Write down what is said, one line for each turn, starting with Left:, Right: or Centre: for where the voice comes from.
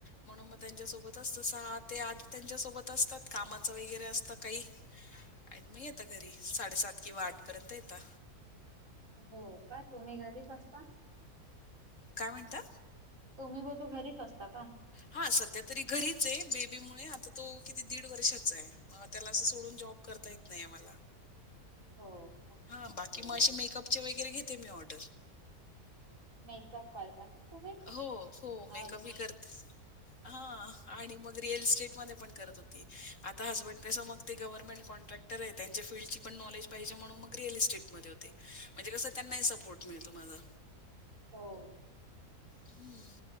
Left: म्हणून म त्यांच्यासोबत असत सहा ते आठ त्यांच्या सोबत असतात कामाचं वगैरे असतं काही आणि म येता घरी साडेसात किंवा आठ पर्यंत येता.
Right: हो का तुम्ही घरीच असता.
Left: काय म्हणता?
Right: तुम्ही बोलू घरीच असता का?
Left: हा सध्या तरी घरीच आहे बेबी मुळे आता तो किती दीड वर्षाचा आहे. म त्याला असं सोडून जॉब करता येत नाय ये मला.
Right: हो. का
Left: हा बाकी
Right: बरं
Left: म असे मेकअपचे वगैरे घेते मी ऑर्डर.
Right: मेकअप करता का तुम्ही?
Left: हो हो मेकअप
Right: आर्टिस्ट.
Left: ही करत हा आणि मग रिअल इस्टेटमध्ये पण करत होती आता हसबंड कस मग ते गव्हर्नमेंट कॉन्ट्रॅक्ट क्टर ये त्यांच्या फील्डची पण नॉलेज पाहिजे म्हणून मग रिअल इस्टेट मध्ये होते. म्हणजे कस त्यांनाही सपोर्ट मिळतो माझा.
Right: हो.
Left: हम्म.